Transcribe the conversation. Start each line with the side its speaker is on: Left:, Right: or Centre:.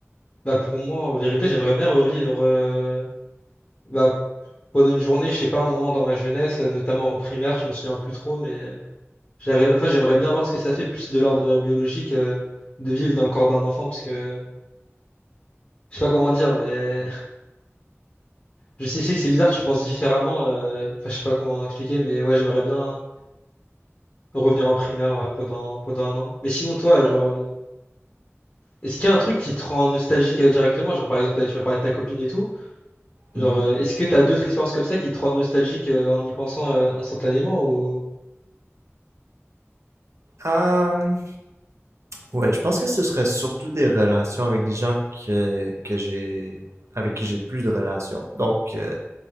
Left: Bah, pour moi, en vérité, j'aimerais bien revivre euh, bah, pendant une journée, je sais pas, un moment dans ma jeunesse, euh, notamment en primaire, je me souviens plus trop, mais j'aimerais, enfin, j'aimerais bien voir ce que ça fait plus de l'ordre biologique euh, de vivre dans le corps d'un enfant, parce que je sais pas comment dire, mais <laughs> je sais, je sais que c'est bizarre, tu penses différemment, euh, enfin, je sais pas comment expliquer, mais ouais, j'aimerais bien. Revenir en primaire ouais, pendant, pendant un an. Mais sinon, toi, genre, euh, est-ce qu'il y a un truc qui te rend nostalgique euh, directement? Genre, par exemple, tu m'as parlé de ta copine et tout. Genre,
Right: Mhm.
Left: euh, est-ce que t'as d'autres expériences comme ça qui te rendent nostalgique euh, en y pensant euh, instantanément ou...
Right: Euh, ouais, je pense que ce serait surtout des relations avec des gens que, que j'ai, avec qui j'ai plus de relations. Donc, euh,